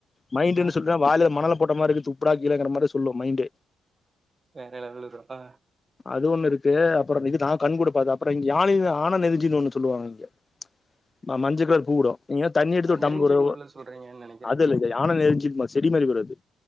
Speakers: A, on the left; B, on the right.
A: மைண்ட் என்ன
B: ஆ
A: சொல்லுமே வாயில மணல போட்ட மாதிரிக்கு துப் ப்படா கீழ கிடக்கிற மாரிசொல்லு மைண்டு
B: வேற யாரு இள்ளவ்ருஅ ஆ
A: அது ஒண்ணு இருக்கு அப்புறோ இது நா கண் கூட பாக்ற அப்புறோ இங்கயான ஆனந்த் எல்சின்னு ஒண்ணு சொல்லுவாங்க இங்க மஞ்சகலரு பூவுடு நீங்க தண்ணி எடுத்து ஒரு
B: நெருஞ்சிய
A: தம்போடு
B: முள்ள சொல்றீங்கன்னு நெனைக்கிறே
A: அதெலனப்டி
B: நீங்க
A: ஆனாதுஎல்ஞிப்லு செடிமாரி வறது